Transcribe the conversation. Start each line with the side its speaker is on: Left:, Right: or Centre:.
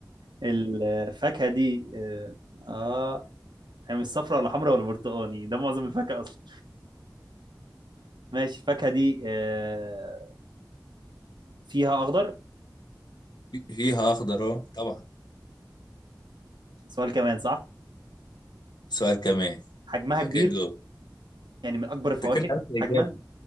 Right: الفاكهة دي اه آه، هي مش صفرا ولا حمرا ولا برتقاني ده معظم الفاكهة أصلا ماشي الفاكهة دي آه، فيها أخضر
Left: في- فيها اخضر اه طبعا
Right: سؤال كمان صح
Left: سؤال كمان
Right: حجمها
Left: وبعد
Right: كبير
Left: كده تجاوب
Right: يعني من اكبر الفواكه
Left: انت كده عرفت الاجابه
Right: حجما